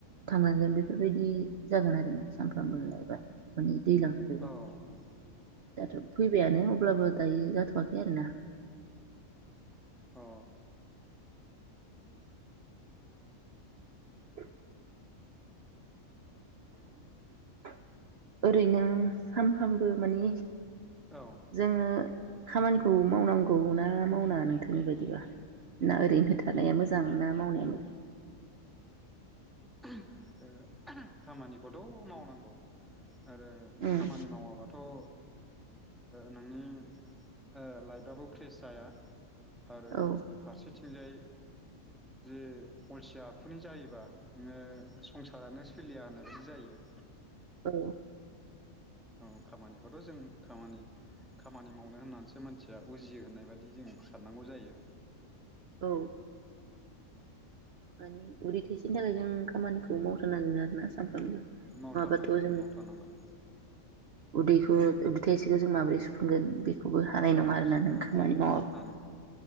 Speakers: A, on the right (about 55°); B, in the centre.
A: थांनांगोन बेफोरबायदि जागोन आरोना सानफ्रामबो लायबा मानि दैज्लां सफैबा,
B: औ अ
A: दाथ फैबायानो अब्लाबो दायो जाथवाखै आरोना।
B: अ।
A: <inaudible> <inaudible> ओरैनो सानफ्रामबो मानि
B: औ
A: जोङो खामानिखौ मावनांगौ ना मावनाङा नोंथांनि बायदिबा, ना ओरैनो थानाया मोजां ना मावनाया मो
B: <unintelligible> ओ खामानिखौथ मावनांगौ। आरो
A: उम
B: खामानि मावाबाथ ओ नोंनि ओ लाइबाबो फ्रेस जाया। आरो
A: औ
B: फारसेथिंजाय जे अलसिया आखुनि जायोबा नोङो संसारानो सोलिया होननाय बायदि जायो।
A: औ।
B: औ खामानिखौद जों खामानि खामानि मावनो होननानैसो मानसिया उजियो होननाय बायदि जों साननांगौ जायो।
A: औ। मानि उदै थाइसेनि थाखाय जों खामानिखौ मावथारनांगोन आरोना। सानफ्रामबो नङाबाथ'
B: मावथारनांगोन
A: जों
B: मावथारनांगोन।
A: उदैखौ उदै थाइसेखौ जों माबोरै सुफुंगोन बे बो हानाय
B: माबोरै
A: नङा आरोना
B: सुफुंगोन
A: नों खामानि मावाबा।
B: हा नङा